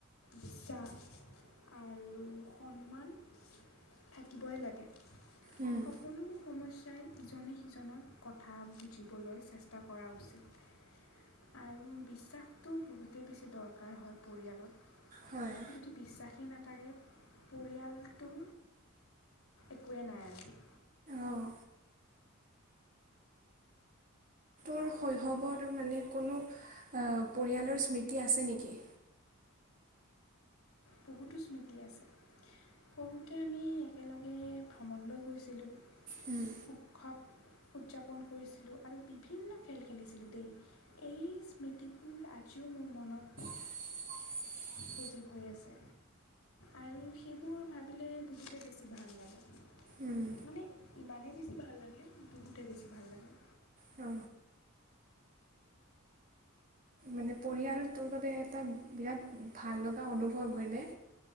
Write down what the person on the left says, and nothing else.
বিশ্বাস আৰু সন্মান থাকিবই লাগে। সকলো
সমস্যাই ইজনে-সিজনক কথা বুজিবলৈ চেষ্টা কৰা উচিত। আৰু বিশ্বাসটো বহুতেই বেছি দৰকাৰ হয় পৰিয়ালত।
যদি বিশ্বাসেই নাথাকে পৰিয়ালটো একোৱে নাই আৰু
বহুতো স্মৃতি আছে। সৰুতে আমি একেলগে ভ্ৰমণলৈ গৈছিলোঁ।
উৎসৱ উদযাপন কৰিছিলোঁ আৰু বিভিন্ন খেল খেলিছিলোঁ দেই। এই স্মৃতি বোৰ আজিও মোৰ মনত
সজীৱ হৈ আছে। আৰু সেইবোৰ ভাবিলে বহুতেই বেছি ভাল লাগে।
মানে ইমানেই বেছি ভাল লাগে, বহুতেই বেছি ভাল লাগে।